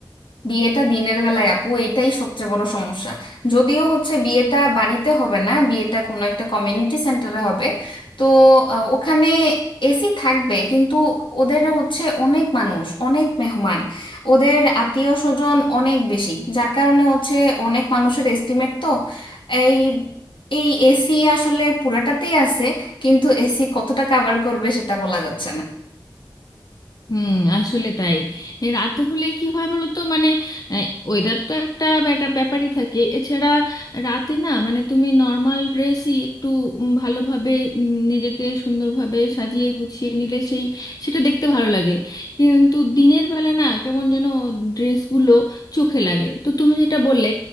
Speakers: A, on the left (about 85°); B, on the left (about 50°).
A: বিয়েটা দিনের বেলায় আপু এটাই সবচেয়ে বড় সমস্যা যদিও হচ্ছে বিয়েটা বাড়িতে হবে না বিয়েটা কোনো একটা কমিউনিটি সেন্টারে হবে তো আহ, ওখানে এসি থাকবে কিন্তু ওদের হচ্ছে অনেক মানুষ অনেক মেহমান ওদের আত্মীয় স্বজন অনেক বেশি যার কারণে হচ্ছে অনেক মানুষের এস্টিমেট তো এই এই এসি আসলে পুরাটাতেই আছে কিন্তু এসি কতটা কভার করবে সেটা বলা যাচ্ছে না
B: হুম আসলে তাই এই রাতে হলে কি হয় বলো তো মানে ওয়েদার তো একটা ব্যাটা- ব্যাপারই থাকে এছাড়া রাতে না মানে তুমি নর্মাল ড্রেসই একটু উম, ভালোভাবে উম, নিজেকে সুন্দরভাবে সাজিয়ে গুছিয়ে নিলে সেই সেটা দেখতে ভালো লাগে কিন্তু দিনের বেলা না কেমন যেন ড্রেসগুলো চোখে লাগে তো তুমি যেটা বললে